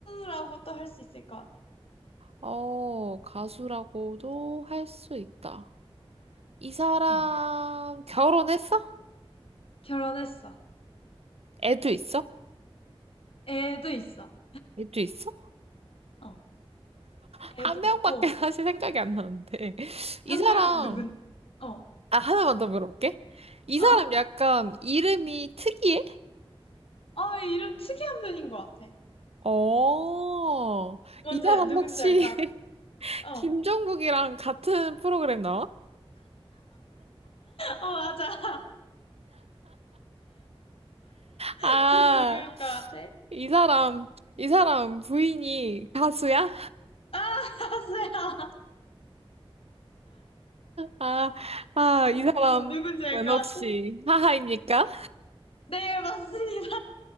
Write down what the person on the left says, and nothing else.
라고 또 할 수 있을 것 같아.
응.
결혼했어.
애도 있어.
어,
애도
있고,
한
명 누군, 어,
어?
어, 이름 특이한 편인 것 같아.
먼저
누군지
알
것 같아.
어,
어, 맞아. <laughs>
누굴 것 같아?
아, 가수야.
어,
누군지 알 것
같아?
네, 맞습니다.